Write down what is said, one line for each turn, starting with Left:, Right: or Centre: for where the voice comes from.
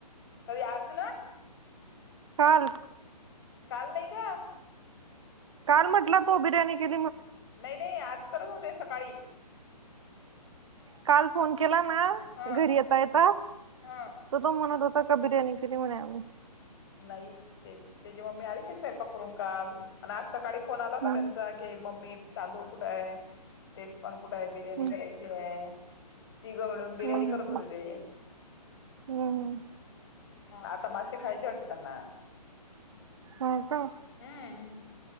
Left: कधी आच ना.
Right: काल.
Left: काल लय ग.
Right: काल म्हटला तो बिर्याणी क
Left: नाही नाही आज करत होते सकाळी.
Right: काल फोन केला ना,
Left: हा
Right: घरी येता येतास
Left: हा
Right: त तो म्हणत होत. त का बरयाणी की म्हनी.
Left: नाही ते तेची मग मी आलीश स्वयंपाक करून काल. आणि आज सकाळी फोन आला होता,
Right: हम्म
Left: त्यांचा की मम्मी चादू कुठे आहे तेच पण. कुठ आहे बिर्याणी
Right: हम्म
Left: करायची आहे. ती ग मॅडम बिर्याणी
Right: हम्म
Left: करत होते
Right: हम्म
Left: ते.
Right: हम्म
Left: आता मासे खायचे वाटते त्यांना?
Right: हो का
Left: हम्म.